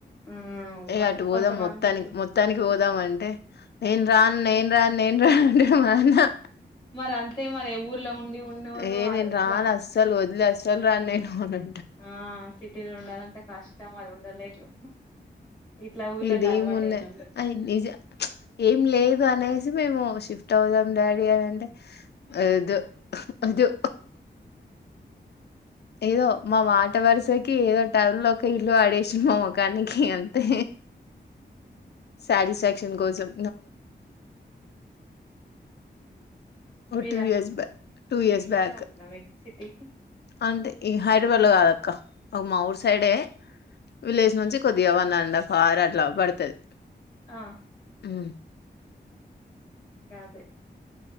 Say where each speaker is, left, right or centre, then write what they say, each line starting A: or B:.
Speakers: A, on the left; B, on the left.
A: ఉమ్,
B: ఇగ
A: మన్-
B: అటు పోదాం
A: కొంతమందికి
B: మొత్తానికి మొత్తానికి పోదాం అంటే నేను రాన్ నేను రాన్ నేను రా అంట మాఆయనా
A: మరి అంతే మరి ఊర్లో ఉండి ఉన్నోళ్ళు
B: ఏ నేను
A: అట్లా
B: రాన్ అస్సలు వదిలేయ్ అస్ సల రాను నేను వాది
A: ఆ సిటీలో ఉండాలంటే కష్టం ఆడ ఉండలేరు ఇట్లా ఊళ్ళలో
B: ఐడా
A: అలవాటు
B: ఎం ఉన్నది
A: అయినోళ్ళు
B: అ నిజం ఏం లేదు అనే నీజం ఏమో షిఫట్ అవుదాం డాడీ అని అంటే ఆ వద్దూ వద్దు ఏదో మా మాట వరుసకి ఏదో టౌన్ లో ఒక ఇల్లు పడేసి మా ముకానికి అంతే సాటిస్ఫాక్షన్ కొసం ఓ
A: మీరంత
B: టూ ఇయర్స్ బ్యాక్ టూ ఇయర్స్
A: దగ్గరనే
B: బ్యాక్
A: ఉంటున్నా మీకు సిటీకి
B: అంటే ఈ హైదరాబాద్ లో కాదు అక్క మా ఊరు సైడే విలేజ్ నుంచి కొద్దిగా వన్ అండ్ హఫ్ ఆర్ అట్లా పడుతాది
A: ఆ
B: ఉమ్
A: గదే